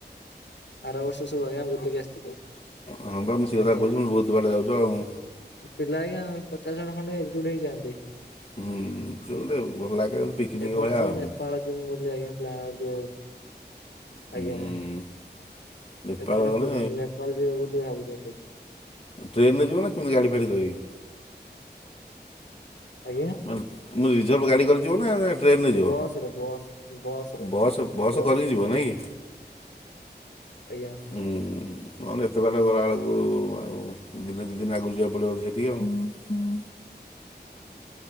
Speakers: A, on the left; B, on the left.
A: ଆର ବର୍ଷ ସବୁ ଆଜ୍ଞା ବୁଲିକି ଆସିଥିଲୁ।
B: ହଁ ବା ମୁଁ ସେ କଥା
A: ଆଜ୍ଞା।
B: କହୁଛିଁ ମୁ କନି ବହୁତ ବାଟ ଯାଉଛ ଆଉ।
A: ପିଲା ଆଜ୍ଞା ପଚାଶ ଜଣ ଖଣ୍ଡେ ଏକଜୁଟ ହେଇଯାଆନ୍ତି।
B: ହୁଁ ସେ ଗୋଟେ ଭଲ ଲାଗେ ଗୋଟେ ପିକ୍ନିକ୍
A: ଏ ବର୍ଷ
B: ଭଳିଆ ଆଉ।
A: ନେପାଳ ଯୋଉ <unintelligible> ଆଜ୍ଞ ପ୍ଲାଣ୍ଟୋ
B: ହୁଁ
A: ଆଜ୍ଞା।
B: ନେପାଳ
A: ଏଥରକୁ
B: ଗଲେ
A: ନେପାଳ ଯିବେ ବୋଲି ଭାବୁଚନ୍ତି।
B: ଟ୍ରେନ୍ ରେ ଯିବ ନା କେମିତି ଗାଡ଼ି ଫାଡ଼ି କରିକି?
A: ଆଜ୍ଞା
B: ମାନେ ମୁ ରିଜର୍ଭ ଗାଡ଼ି କରି ଯିବ ନା ନା ଟ୍ରେନ୍ ରେ ଯିବ?
A: ବସ ରେ ବସ ବସ ରେ
B: ବସ୍ ବସ୍
A: ବସ
B: କରିକି
A: ରେ
B: ଯିବ ନାଇଁ?
A: ଆଜ୍ଞା।
B: ଉଁ, ନହେଲେ ଏତେ ବାଳେ ଗଲାବେଳକୁ ଆଉ ଦିନେ ଦି ଦିନ ଆଗରୁ ଯିବାକୁ ପଡ଼ିବ ସେଠିକି ଆଉ।